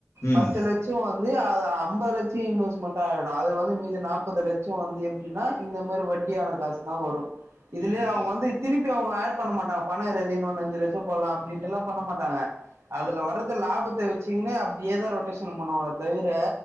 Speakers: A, on the left (about 80°); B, on the right (about 65°).
A: ம்
B: பத்து லட்சோ வந் ந்து அது அம்பது லட்சோ இன்வெஸ்ட்மெண்ட் ஆயிடு அது வந்து மீது நாப்பது லட்சோ வந்து எப்டின்னா இந்த மாரி வட் ட்டியான காசுனா வரு இதுலயே
A: ம்
B: அவுங்க வந்து திருப்பி அவுங்க ஆட் பண்ண மாட்டாங்க பண இருக்குது இன்னொனு அஞ்சு லட்சம் போடலா அப்டின்டுல்லா பண்ண மாட்டாங்க
A: ம்
B: அதுல வர்றது லாபத்தை வச்சீக்ன்னு அப்டியேதா ரொட்டேஷன் பண்ணுவாங்களே தவிர